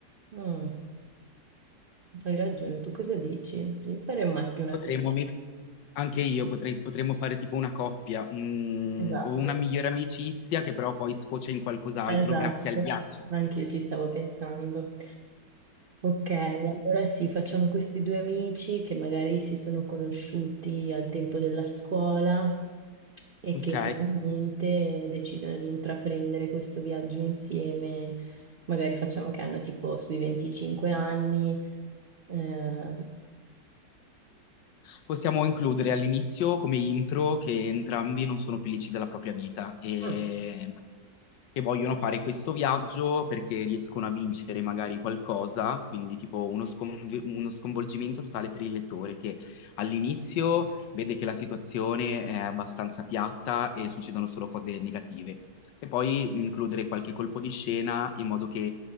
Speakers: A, on the right; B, on the left.
A: Mm. Hai ragione, tu cosa dici? Io farei un maschio e una
B: Potremmo
A: femmina.
B: met- Anche io potrei, potremmo fare tipo una coppia, mm,
A: Esatto.
B: o una migliore amicizia che però poi sfocia in qualcos'altro
A: Esatto,
B: grazie al viaggio.
A: anche io ci stavo pensando. Ok, allora sì, facciamo questi due amici che magari si sono conosciuti al tempo della scuola e
B: Ok?
A: che finalmente decidono di intraprendere questo viaggio insieme. Magari facciamo che hanno tipo sui 25 anni, eh,
B: possiamo includere all'inizio come intro che entrambi non sono felici della propria vita e
A: Mm.
B: che vogliono fare questo viaggio perché riescono a vincere magari qualcosa, quindi tipo uno, sconv- uno sconvolgimento totale per il lettore che all'inizio vede che la situazione è abbastanza piatta e succedono solo cose negative. E poi includere qualche colpo di scena in modo che